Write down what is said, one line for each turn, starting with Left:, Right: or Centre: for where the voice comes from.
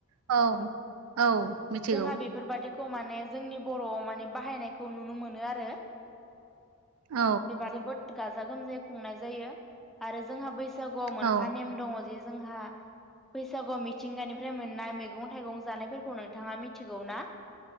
Right: औ औ मिथिगौ
Centre: जोंहा बेफोरबादि माने जोंनि बर'आव माने बाहायनायखौ नुनो मोनो आरो
Right: औ
Centre: <unintelligible> गाजा गोमजायै खुंनाय जायो आरो जोंहा बैसाग बैसागुआव मोनफा
Right: औ
Centre: नेम दङ जे जोंहा बैसागुआव मिथिंगानिफ्राय मोननाय मैगं थाइगं जानायफोरखौ नोंथाङा मिथिगौ ना